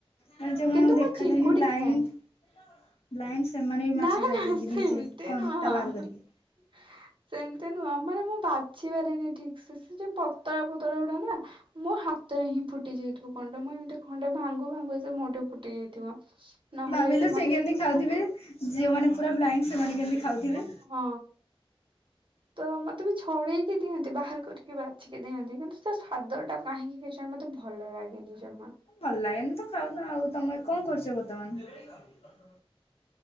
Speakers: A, on the left; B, on the right.
A: ମ ଯୋଉମାନଙ୍କୁ
B: କିନ୍ତୁ
A: ଦେଖାଯାଏନି
B: ମୁଁ ଚିଙ୍ଗୁଡି
A: ବ୍ଲାଇଣ୍ଡ
B: ଖାଏ।
A: ବ୍ଲାଇଣ୍ଡ ସେମାନେ ବି ମାଛ
B: ନା
A: ଖାଇ
B: ନା
A: ଦିଅନ୍ତି
B: ସେମିତି
A: ନିଜେ କଣ୍ଟା
B: ନୁହଁ
A: ବାହାର କରିକି।
B: <inaudible> ସେମିତି ନୁହଁ, ମାନେ ମୁଁ ବାଛି ପାରିନି ଠିକସେ। ସେ ଯୋଉ ପତଳା ପତଳା ଗୁଡା ନା ମୋ ହାତରେହିଁ ଫୁଟି ଯାଇଥିବ କଣ୍ଟା। ମୁଁ ଏମିତି ଖଣ୍ଡେ ଭାଙ୍ଗୁଭାଙ୍ଗୁ ସେ ମୋଠି ଫୁଟି ଯାଇଥିବ। ନହେଲେ
A: ଭାବିଲୁ
B: ମତେ
A: ସେ କେମିତି
B: ଯଦି
A: ଖାଉଥିବେ?
B: ମାନେ
A: ଯିଉମାନେ ପୁରା ବ୍ଲାଇନ୍ ସେମାନେ କେମିତି ଖାଉଥିବେ?
B: ହଁ ହଁ ତ ମତେ ବି ଛଡେଇକି ଦିଅନ୍ତି ବାହାର କରିକି ବାଛିିକି ଦିଅନ୍ତି। କିନ୍ତୁ ତା ସ୍ୱାଦଟା କାହିଁକି କେଜାଣି ମତେ ଭଲ ଲାଗେନି ଜମା।
A: ଭଲ ଲାଗେନି ତ ଖାଉନ ଆଉ। ତମେ କଣ କରୁଚ ବର୍ତ୍ତମାନ?